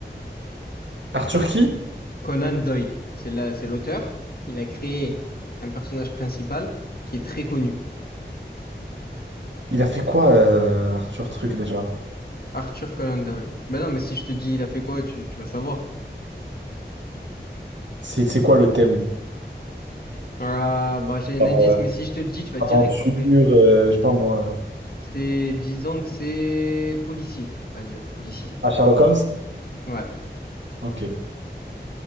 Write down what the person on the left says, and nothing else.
Conan Doyle, c'est la... c'est l'auteur. Il a créé un personnage principal qui est très connu.
Arthur Conan Doyle. Ben non, mais si je te dis il a fait quoi, tu, tu vas savoir.
Ah, bah j'ai un
indice,
mais si je te le dis, tu vas
direct trouver.
C'est, disons que c'est policier. Vas-y, ouais, policier.
Ouais.